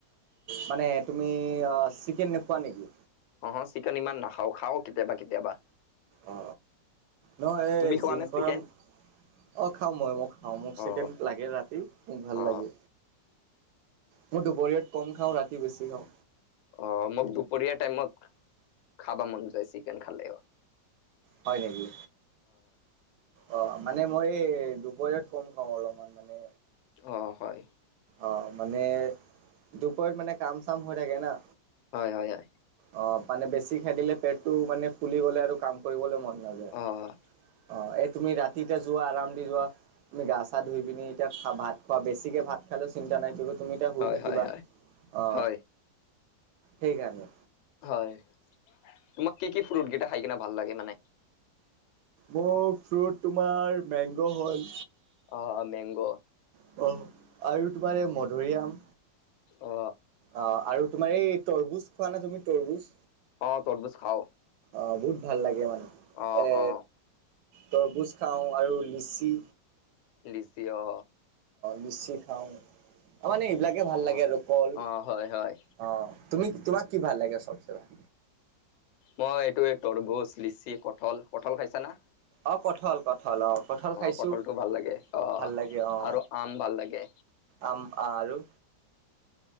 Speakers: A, on the right (about 70°); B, on the left (about 80°).
A: মানে তুমি আহ চিকেন নোখোৱা নিকি?
B: অ চিকেন ইমান নাখাও, খাও কেতিয়াবা কেতিয়াবা।
A: অ, নহয় এই
B: তুমি খোৱা
A: জিম
B: নে
A: কৰা
B: চিকেন
A: মা অ খাও মই মইও খাও মোক
B: অ
A: চিকেন লাগে ৰাতি মোক ভাত
B: অ
A: লাগে। মই দুপৰীয়াত কম খাও ৰাতি বেছি খাও।
B: অ মোক দুপৰীয়া টাইমত খাবা মন চিকেন খালেও
A: হয় নেকি? অ মানে মই এই দুপৰীয়াত কম খাওঁ অলমান মানে।
B: অ হয়।
A: অ মানে দুপৰীয়াত মানে কাম চাম হৈ থাকে না।
B: হয় হয় হয়।
A: অ মানে বেছি খাই দিলে পেটটো মানে ফুলি গ'লে আৰু কাম কৰিবলে মন নাযায়।
B: অহ।
A: অ এই তুমি ৰাতি এতিয়া যোৱা আৰাম দি যোৱা তুমি গা চা ধুই পিনি এতিয়া খা ভাত খোৱা বেছিকে ভাত খালেও চিন্তা নাই কিয়ুকি তুমি এতিয়া শুই
B: হয়
A: থাকিবা
B: হয় হয়
A: অ,
B: হয়
A: সেইকাৰণে।
B: হয় তোমাক কি কি ফ্ৰুট কিটা খাই কিনে ভাল লাগে মানে?
A: মোৰ ফ্ৰুট তোমাৰ মেংগ হ'ল।
B: অ মেংগ।
A: অ আৰু তোমাৰ এই মধুৰিআম
B: অ
A: অ আৰু তোমাৰ এই তৰমুজ খোৱা না তুমি তৰবমুজ?
B: অ তৰবুজ খাওঁ
A: অহ বহুত ভাল লাগে মানে
B: অ
A: এ
B: অ
A: তৰমুজ খাওঁ আৰু লিচি
B: লিচি অ।
A: লিচি অ মানে এইবিলাকেই ভাল
B: অ
A: লাগে আৰু কল
B: অ হয় হয়
A: অ তুমি তোমাক কি ভাল লাগে চবচে ভাল?
B: মই এইটোয়ে তৰমুজ, লিচি, কঠল। কঠল খাইছা না?
A: অ কঠল কঠল অ কঠল খাইছো
B: কঠলটো ভাল লাগে অ
A: ভাল লাগে অ।
B: আৰু আম ভাল লাগে
A: আম আৰু